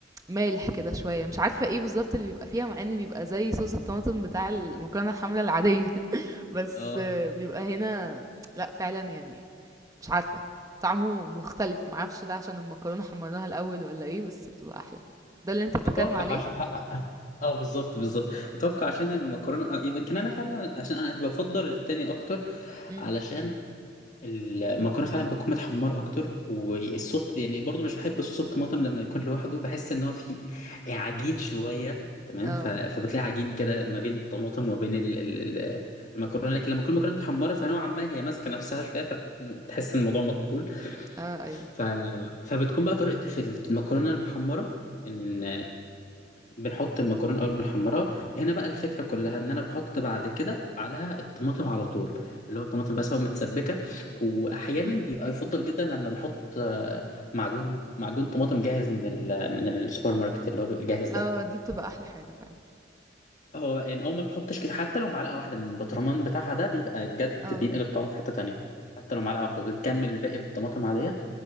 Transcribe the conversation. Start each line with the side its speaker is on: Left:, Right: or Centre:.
Right: مالح كده شويه مش عارفه ايه بالظبط اللي بيبقى فيها مع ان بيبقى زي صوص الطماطم بتاع المكرونه الحمراء العاديه <laughs> بس
Left: اه
Right: آه، بيبقى هنا لا فعلا يعني مش عارفه طعمه مختلف معرفش ده عشان المكرونه حمرناها الاول ولا ايه بس بتبقى احلى ده اللي انت بتتكلم
Left: اتوقع
Right: عليه
Left: عشان اه بالظبط بالظبط اتوقع عشان المكرونه آه يمكن انا فعلا عشان انا بفضل التاني اكتر
Right: امم
Left: علشان المكرونه فعلا بتكون متحمره اكتر والصوت يعني برضو مش بحب صوص الطماطم لما يكون لوحده بحس ان هو فيه عجين شويه تمام
Right: اه
Left: ف... فبتلاقي عجين كده ما بين الطماطم وما بين ال... ال... ال- المكرونه لكن لما تكون المكرونه متحمره فنوعا ما هي ماسكه نفسها شويه فتحس ان الموضوع مقبول
Right: اه ايوه
Left: ف... فبتكون بقى طريقتي في المكرونه المحمره ان بنحط المكرونه اول بنحمرها هنا بقى الفكره كلها ان انا بحط بعد كده عليها الطماطم على طول اللي هو الطماطم بس هو متسبكه واحيانا
Right: امم
Left: بيبقى يفضل جدا لما بنحط آه، معجون معجون طماطم جاهز من ال... من السوبر ماركت اللي هو بيبقى جاهز ده
Right: اه دي بتبقى احلى حاجة فعلا
Left: هو يعني اول ما بحطش كده حتى لو معلقه واحده من البطرمان بتاعها ده بيبقى بجد
Right: اه
Left: بينقل الطعم في حته تانية حتى لو معلقه واحده بنكمل الباقي بالطماطم عاديه